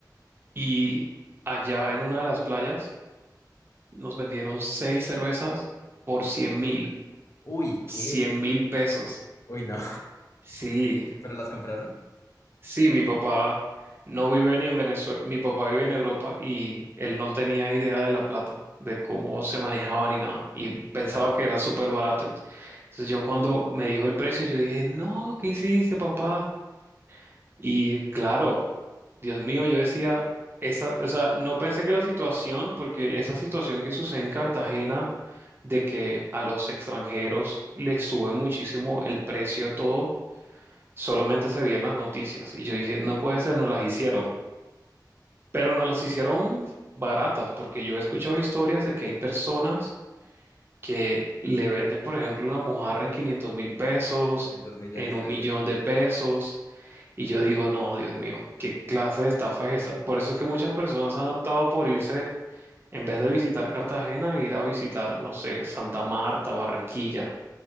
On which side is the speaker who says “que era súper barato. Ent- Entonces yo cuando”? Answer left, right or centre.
Right